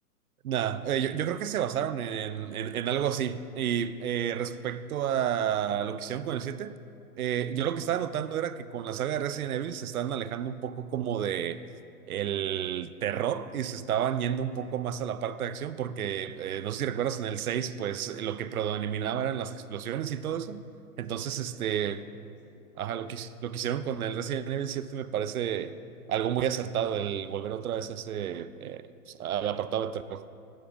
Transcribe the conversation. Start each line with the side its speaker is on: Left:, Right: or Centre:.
Right: Nada, eh, yo, yo creo que se basaron en, en- en algo así. Y eh, respecto a lo que hicieron con el 7 eh,
Left: Mm,
Right: yo lo que estaba notando era que con la saga de Resident Evil se están alejando un poco como de el terror y se estaban yendo un
Left: Sí,
Right: poco más a la parte de acción, porque
Left: sí,
Right: eh, no
Left: sí.
Right: sé si recuerdas en el 6 pues eh, lo que predominaba eran las explosiones y todo eso. Entonces,
Left: Sí, de hecho,
Right: este,
Left: sí.
Right: ajá, lo
Left: Eh,
Right: que, his- lo que hicieron con el Resident Evil 7 me parece algo
Left: ujú.
Right: muy acertado, el volver otra vez a ese, eh, pues, al apartado de terror.